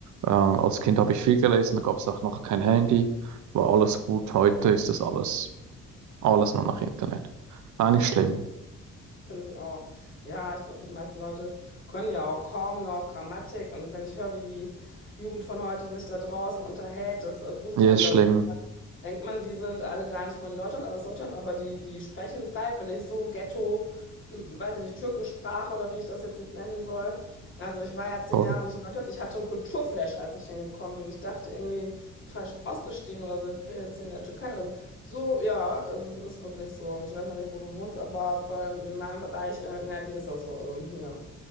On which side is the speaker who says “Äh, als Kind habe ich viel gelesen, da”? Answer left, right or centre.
Right